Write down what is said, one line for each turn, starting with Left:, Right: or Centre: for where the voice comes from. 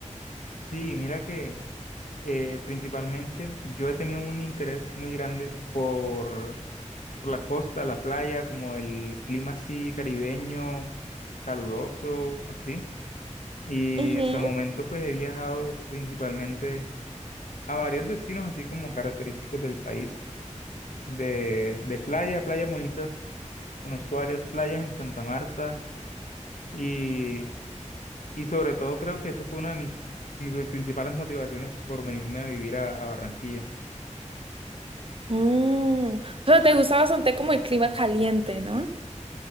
Left: Sí, mira que eh, principalmente yo he tenido un interés muy grande por, por la costa, la playa, como el clima así caribeño, caluroso, así. Y
Right: Ujú.
Left: hasta el momento pues he viajado principalmente a varios destinos así como característicos del país, de, de playa, playas bonitas. Conozco varias playas en Santa Marta y Y sobre todo creo que esa fue una de mis, mis pri- principales motivaciones por venirme a vivir a, a Barranquilla.
Right: Mm, O sea, te gusta bastante como el clima caliente, ¿no?